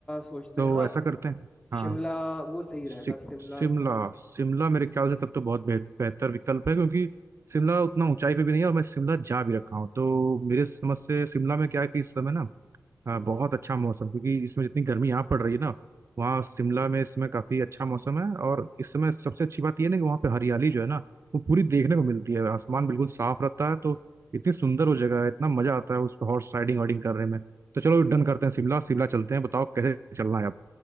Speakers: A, on the left; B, on the right.
A: सोचते
B: तो
A: हैं हाँ
B: ऐसा करते हैं हाँ
A: शिमला वो सही
B: सि,
A: रहेगा शिमला
B: शिमला
A: शिमला
B: शिमला मेरे ख्याल से तब तो बहुत बेह- बेहतर विकल्प है क्योंकि शिमला उतना ऊंचाई पे भी नहीं है और मैं शिमला जा भी रखा हूँ तो मेरे समझ से शिमला में क्या है कि इस समय ना
A: हम्म
B: अ, बहुत
A: हम्म
B: अच्छा मौसम क्योंकि इसमें जितनी गर्मी यहाँ पड़ रही है ना वहाँ शिमला में इसमें काफी अच्छा मौसम है और इस समय सबसे अच्छी बात यह ना कि वहाँ पे हरियाली जो है ना वो पूरी देखने को मिलती है आसमान बिल्कुल साफ रहता है तो इतनी सुंदर वो जगह है इतना मजा आता है उस पर हॉर्स राइडिंग वाइडिंग करने में तो चलो
A: हम्म,
B: डन करते हैं शिमला शिमला चलते हैं बताओ कैसे चलना है आप